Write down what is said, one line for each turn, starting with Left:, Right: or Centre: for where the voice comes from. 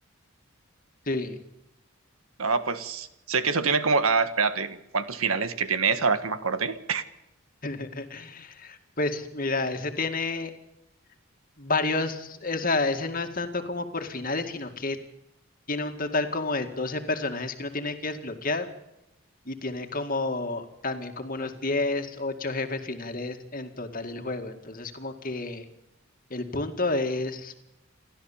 Left: Sí.
Right: Ah, pues, sé que eso tiene como, ah, espérate, ¿cuántos finales que tienes ahora que me acordé?
Left: <laughs> Pues mira, ese tiene varios, o sea, ese no es tanto como por finales, sino que tiene un total como de 12 personajes que uno tiene que desbloquear y tiene como también como unos 10, 8 jefes finales en total el juego. Entonces como que el punto es